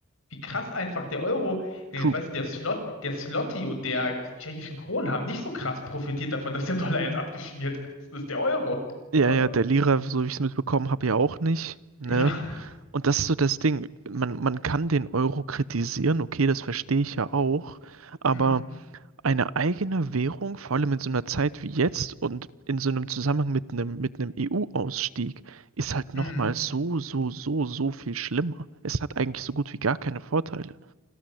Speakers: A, on the left; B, on the right.
A: Wie krass einfach der Euro, denn
B: True.
A: jetzt weißt du, der Slot, der Zloty und der, die tschechischen Kronen haben nicht so krass profitiert davon, dass der Dollar jetzt abgeschmiert ist. Das ist der Euro.
B: Ja,
A: So,
B: ja, der Lira, so wie ich es mitbekommen habe, ja auch nicht. Ne?
A: ja.
B: Und das ist so das Ding. Man, man kann den Euro kritisieren, okay, das verstehe ich ja auch, aber
A: Mhm.
B: eine eigene Währung, vor allem in so einer Zeit wie jetzt und in so einem Zusammenhang mit einem, mit einem EU-Ausstieg, ist halt nochmal
A: Mhm.
B: so, so, so, so viel schlimmer. Es hat eigentlich so gut wie gar keine Vorteile.